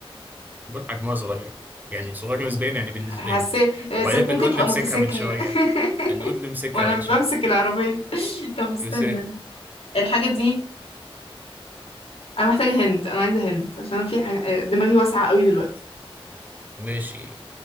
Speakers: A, on the right; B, on the left.
A: بقول حجمها صغير يعني صغير نسبيا يعني بالنسبة
B: حسيت
A: لي
B: حسيت
A: وبعدين بنقول
B: ممكن تبقى
A: لي امسكها
B: موتوسيكل
A: من شوية بنقول لي
B: <laughs>
A: امسكها
B: وأنا
A: من شوية
B: بمسك العربية <laughs> طب استنى
A: تمسك
B: الحاجة دي انا محتاجه هنت انا عايزه هنت عشان أنا في حاجه آه، دماغي واسعه قوي دلوقتي
A: ماشي